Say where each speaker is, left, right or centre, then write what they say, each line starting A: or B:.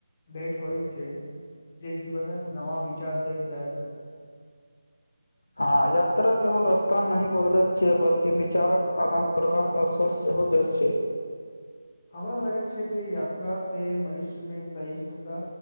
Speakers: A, on the left; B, on the left.
A: भेट होइत छै जे जीवनक नव विचार दइत जाइत छथि
B: हँ यात्रा केवल स्थान नहि बदलैत छै बल्कि विचारक आदान प्रदान अवसर सेहो दैत छै
A: हमरा लागैत छै जे यात्रा से मनुष्य में सहिष्णुता